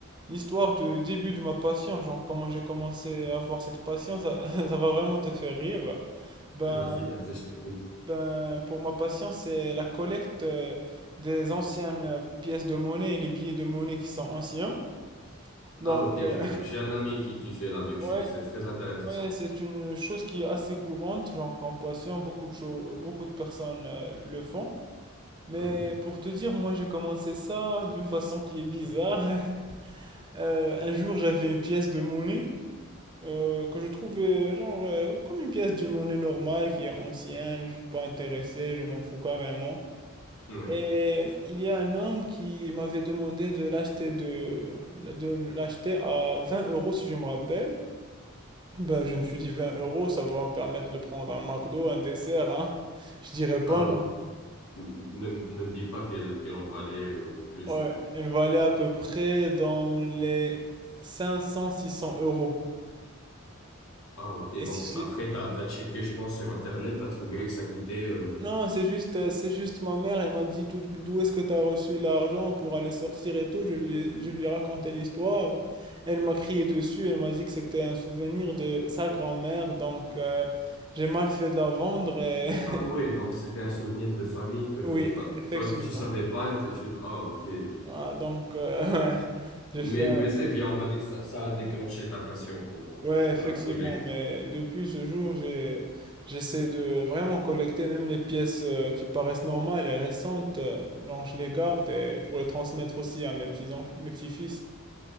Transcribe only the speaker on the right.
l'histoire du début de ma passion, genre comment j'ai commencé à avoir cette passion, ça, <laughs> ça va vraiment te faire rire. Ben
Ben, pour ma passion, c'est la collecte euh, des anciennes euh, pièces de monnaie et les billets de monnaie qui sont anciens. Donc,
euh,
<laughs>
ouais,
ouais, c'est une chose qui est assez courante, genre qu'en passion, beaucoup de cho- beaucoup de personnes euh, le font. Mais
pour te dire, moi, j'ai commencé ça d'une façon qui est bizarre. <laughs> Euh, un jour, j'avais une pièce de monnaie euh, que je trouvais genre euh, comme une pièce de monnaie normale qui est ancienne. Je suis pas intéressé, je m'en fous carrément.
Et il y a un homme qui m'avait demandé de l'acheter de, de l'acheter à 20 euros si je me rappelle. Ben, je me suis dit 20 euros, ça va me permettre de prendre un McDo, un dessert, hein. Je dirais pas
non.
Ouais, elle valait à peu près dans les 500 cents, euros.
Et
si je
l'ai-
Non, c'est juste, euh, c'est juste ma mère, elle m'a dit d'où, d'où est-ce que tu as reçu l'argent pour aller sortir et tout. Je lui, ai- je lui ai raconté l'histoire. Elle m'a crié dessus, elle m'a dit que c'était un souvenir de sa grand-mère. Donc, euh, j'ai mal fait de la vendre. Et... <laughs>
Oui,
effectivement.
Ah, donc, euh, <laughs> j'ai
fait
Ouais,
effectivement,
mais depuis ce jour, j'ai, j'essaie de vraiment collecter même les pièces euh, qui paraissent normales et récentes, euh, genre je les garde et pour les transmettre aussi à mes petits enfants, mes petits-fils.